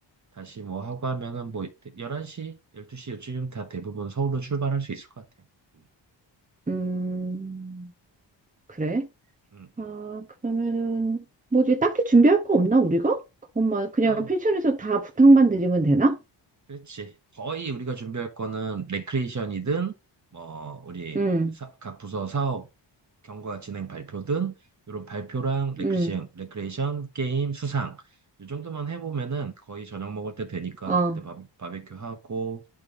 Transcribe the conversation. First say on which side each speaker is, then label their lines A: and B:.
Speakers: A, on the right; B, on the right.
A: 다시 뭐 하고 하면은 뭐 11시, 12시 요쯤 다 대부분 서울로 출발할 수 있을 것 같아. 음,
B: 음, 그래?
A: 음.
B: 아,
A: 음.
B: 그러면은 뭐지? 딱히 준비할 거 없나, 우리가? 엄마,
A: 맞아.
B: 그냥 펜션에서 다 부탁만 드리면 되나?
A: 그렇지. 거의 우리가 준비할 거는 레크레이션이든 뭐 우리
B: 응,
A: 사- 각 부서 사업 경과 진행 발표든 이런 발표랑 레크레이션,
B: 응,
A: 레크레이션 게임 수상 이 정도만 해보면은 거의 저녁 먹을 때 되니까
B: 어.
A: 그때 바, 바베큐 하고